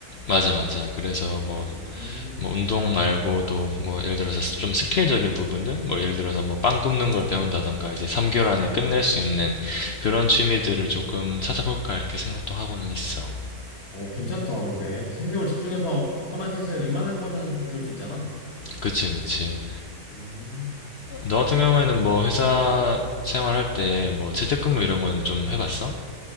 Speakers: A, on the left; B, on the left.
A: 맞아, 맞아. 그래서 뭐,
B: 음.
A: 뭐 운동 말고도 뭐 예를 들어서 좀 스킬적인 부분들 뭐 예를 들어서 뭐 빵 굽는 걸 배운다던가 이제 3개월 안에 끝낼 수 있는 그런 취미들을 조금 찾아볼까 이렇게 생각도 하고는 있어.
B: 어, 괜찮다. 근데 3개월 집중해서 하면 사실 웬만한 거는 좀 배울 수 있잖아.
A: 그치 그치.
B: 음.
A: 너 같은 경우에는 뭐 회사 생활할 때 뭐 재택근무 이런 건 좀 해봤어?